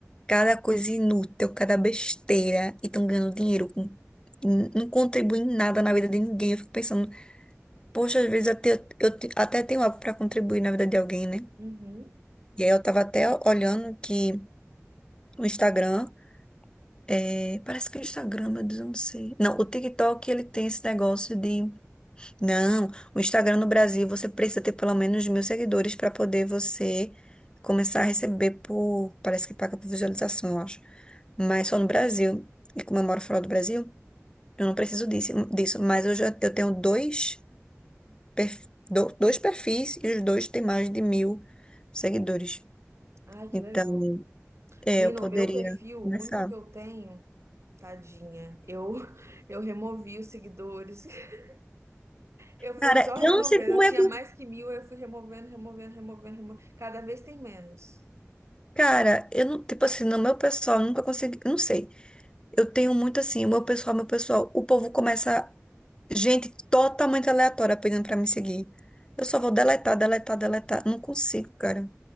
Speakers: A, on the left (about 20°); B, on the right (about 65°).
A: cada coisa inútil, cada besteira e estão ganhando dinheiro com n- não contribui em nada na vida de ninguém. Eu fico pensando, poxa, às vezes até, eu eu te- até tenho algo para contribuir na vida de alguém, né?
B: Uhum.
A: E aí eu tava até olhando que o Instagram, é, parece que o Instagram, meu Deus, eu não sei. Não, o TikTok, ele tem esse negócio de, não, o Instagram no Brasil, você precisa ter pelo menos mil seguidores para poder você começar a receber por, parece que paga por visualização, eu acho. Mas só no Brasil. E como eu moro fora do Brasil, Eu não preciso disso, disso, mas eu já eu tenho dois, perf- do- dois perfis e os dois têm mais de mil seguidores.
B: Ai, que
A: Então,
B: legal.
A: é,
B: Menino,
A: eu poderia
B: o meu perfil, o
A: começar.
B: único que eu tenho, tadinha, eu, <laughs> eu removi os seguidores. <laughs> Eu fui
A: Cara,
B: só removendo.
A: eu não sei como
B: Eu
A: é
B: tinha
A: que.
B: mais que mil, eu fui removendo, removendo, removendo, removendo. Cada vez tem menos.
A: Cara, eu não, tipo assim, no meu pessoal, eu nunca consegui. eu Não sei. Eu tenho muito assim, o meu pessoal, meu pessoal. O povo começa. Gente totalmente aleatória pedindo pra me seguir. Eu só vou deletar, deletar, deletar. Não consigo, cara.